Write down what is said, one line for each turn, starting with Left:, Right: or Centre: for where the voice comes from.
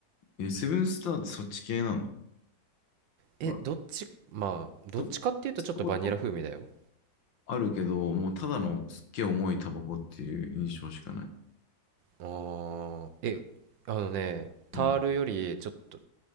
Left: え、セブンスターってそっち系なの
Right: えどっちまあどっちかっていうとちょっとバニラ風味だよ
Left: ほら。と、吸ったことあるけど、もうただのすっげえ重いタバコっていう印象しかない。
Right: あーえあのねタールよりちょっと
Left: うん、